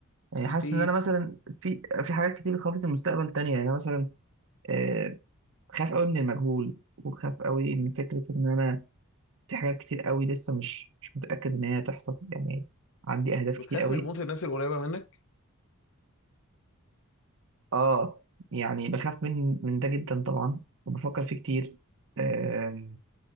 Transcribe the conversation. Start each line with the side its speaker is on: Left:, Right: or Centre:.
Right: يعني حاسس
Left: في
Right: ان انا مثلا في في حاجات كتير بتخوفني في المستقبل تانية يعني أنا مثلا آه، بخاف قوي من المجهول وبخاف قوي من فكرة ان انا في حاجات كتير قوي لسه مش مش متأكد ان هي هتحصل يعني عندي اهداف
Left: بتخاف
Right: كتير قوي
Left: من الموت الناس القريبة منك
Right: اه يعني بخاف من من ده جدا طبعا وبفكر فيه كتير آه،